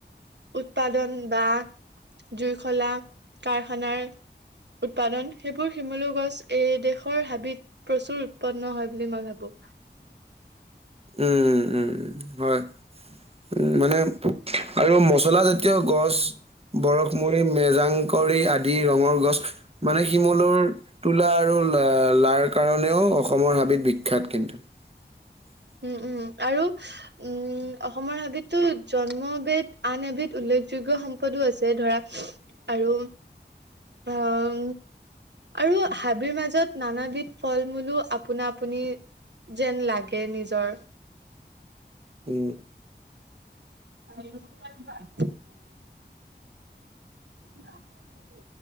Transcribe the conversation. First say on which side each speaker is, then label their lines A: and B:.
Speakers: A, on the right; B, on the right.
A: উৎপাদন বা জুইশলা কাৰখানাৰ উৎপাদন সেইবোৰ শিমলু গছ এই দেশৰ হাবিত প্ৰচুৰ উৎপন্ন হয় বুলি মই ভাবোঁ।
B: উম, উম, উম হয় উ মানে আৰু মছলা জাতীয় গছ বৰশমৰি মেজাংকৰি আদি ৰঙৰ গছ মানে শিমলৰ তোলা আৰু লাৰ কাৰণেও অসমৰ হাবিত বিখ্যাত কিন্তু। <inaudible>
A: উম উম আৰু উম অসমৰ হাবিতটো জন্মবিধ আন এবিধ উল্লেখযোগ্য স পদো আছে ধৰা আৰু অহ আৰু হাবিৰ মাজত নানাবিধ ফল মূলো আপোনাৰ আপুনি যেন লাগে। কে নিজৰ
B: উম
A: <unintelligible> অ